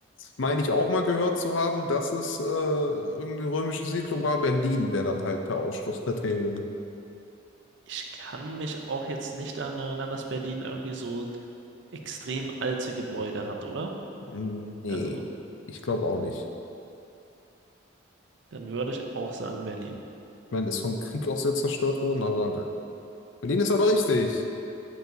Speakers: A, on the left; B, on the right.
A: meine ich auch mal gehört zu haben, dass es äh, irgendeine römische Siedlung war. Berlin wäre dann halt per Ausschlusskriterium.
B: Ich kann mich auch jetzt nicht daran erinnern, dass Berlin irgendwie so extrem alte Gebäude hat, oder?
A: Nee,
B: Also,
A: ich glaube auch nicht.
B: dann würde ich auch sagen Berlin.
A: Ich meine, ist vom Krieg auch sehr zerstört worden, aber naja. Berlin ist aber richtig.